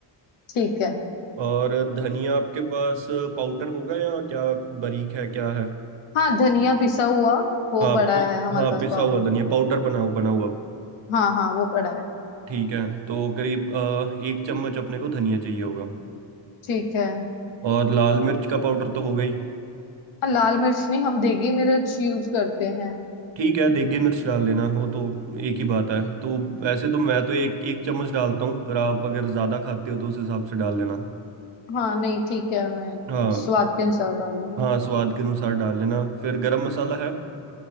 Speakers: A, on the left; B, on the right.
A: ठीक है
B: और धनिया आपके पास पाउडर होगा या क्या बारीक है क्या है
A: हाँ धनिया पिसा हुआ वो
B: हाँ
A: पड़ा
B: पि,
A: है हमारे
B: हाँ
A: पास
B: पिसा
A: पाउडर
B: हुआ धनिया पाउडर बनाओ बना हुआ
A: हाँ हाँ वो पड़ा है
B: ठीक है तो करीब अ, एक चम्मच अपने को धनिया चाहिए होगा
A: ठीक है हाँ,
B: और लाल मिर्च का पाउडर तो होगा ही
A: लाल मिर्च नहीं हम देगी मिर्च यूज करते हैं
B: ठीक है देगी मिर्च डाल लेना वो तो एक ही बात है तो वैसे तो मैं तो एक एक चम्मच डालता हूँ पर आप अगर ज़्यादा खाते हो तो उस हिसाब से डाल लेना
A: हाँ नहीं ठीक है मैं
B: हाँ
A: स्वाद के अनुसार डाल लूंगी
B: हाँ स्वाद के अनुसार डाल लेना फिर गरम मसाला है